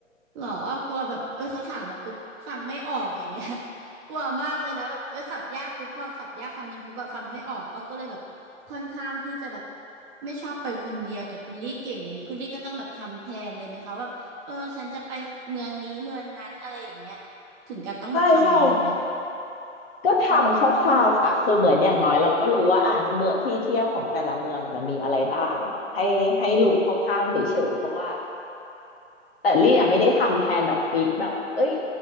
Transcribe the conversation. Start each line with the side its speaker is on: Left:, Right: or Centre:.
Right: เหรออ้อกลัวแบบเอ้ยเขาถามมาปุ๊บฟังไม่ออกอย่างเงี้ย <laughs> กลัวมากเลยนะแบบเอ้ยสับยากปุ๊บพอสับยากคำหนึ่งปุ๊บแบบฟังไม่ออกอ้อก็เลยแบบค่อนข้างที่จะแบบไม่ชอบไปคนเดียวแต่คุณลี่เก่งอย่างนี้คุณลี่ก็ต้องแบบทำแผนเลยไหมคะว่าแบบเออฉันจะไปเมืองนี้เมืองนั้นอะไรอย่างเงี้ยถึงกับต้องแบบทำอย่างนั้นไหม
Left: ใช่ใช่ก็ทำคร่าวๆค่ะคือเหมือนอย่างน้อยเราก็รู้ว่าอ่ะเมืองที่เที่ยวของแต่ละเมืองมันมีอะไรบ้างให้ให้รู้คร่าวๆเฉยๆเพราะว่า
Right: อืม
Left: แต่ลี่ยังไม่ได้ทำแพลนแบบฟิกแบบเอ้ย